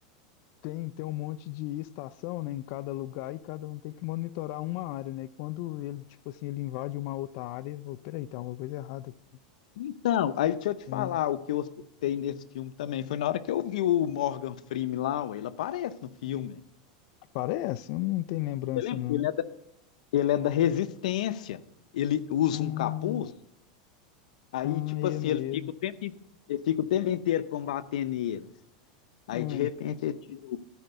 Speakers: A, on the left (about 45°); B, on the left (about 80°).
A: tem, tem um monte de estação, né, em cada lugar e cada um tem que monitorar uma área, né? E quando ele, tipo assim, ele invade uma outra área, eu, vou, peraí, tá alguma coisa errada aqui.
B: Então, aí deixa eu te
A: É,
B: falar, o que eu assustei nesse filme também foi na hora que eu vi o Morgan Freeman lá, ué, ele aparece no filme.
A: parece, eu não tenho lembrança,
B: Você lembra?
A: não.
B: Ele é da, ele é da Resistência. Ele usa
A: Hum,
B: um capuz, aí
A: Ah,
B: tipo
A: é
B: assim,
A: mesmo.
B: ele fica o tempo, in- ele fica o tempo inteiro combatendo eles. Aí
A: Ah,
B: de repente ele tira o,